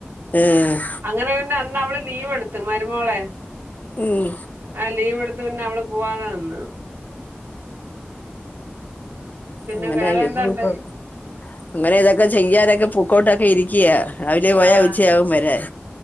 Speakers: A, on the left (about 45°); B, on the right (about 80°).
A: ഏഹ്
B: അങ്ങനെ പിന്നെ അന്ന് അവള് ലീവ് എട്ത്ത് മരുമോളെ
A: ഉം
B: ആഹ് ലീവ് പിന്നെ അവള് പോവാതെ നിന്ന് പിന്നെ
A: അങ്ങനായി
B: വേറെ എന്താണ്ട്
A: ത് ഇപ്പൊ അങ്ങനെ ഇതൊക്കെ ചെയ്യാനൊക്കെ പൂക്കോട്ടൊക്കെ ഇരിക്ക്യാ രാവിലെ പോയാ
B: ആഹ്
A: ഉച്ചയാവും വരാൻ